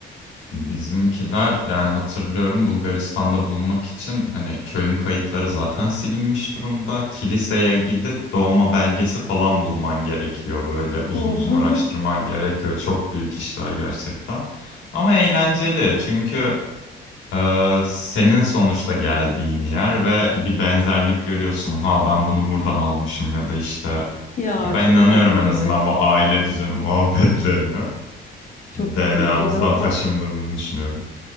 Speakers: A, on the left; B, on the left.
A: Bizimkiler yani hatırlıyorum Bulgaristan'da bulmak için hani köyün kayıtları zaten silinmiş durumda. Kiliseye gidip doğma belgesi falan bulman gerekiyor. Böyle uzun
B: Oha.
A: uzun araştırman gerekiyor. Çok büyük işler gerçekten. Ama eğlenceli
B: <laughs> Aha.
A: çünkü e, senin sonuçta geldiğin yer ve bir benzerlik görüyorsun. Ha ben bunu buradan almışım ya da işte
B: Ya
A: ya ben
B: çok
A: inanıyorum
B: tatlıymış.
A: en azından bu aile düzeni
B: Hı hı.
A: muhabbetlerine.
B: Çok
A: DNA'mızdan
B: tatlıymış. O kadar ta-
A: taşındığını düşünüyorum.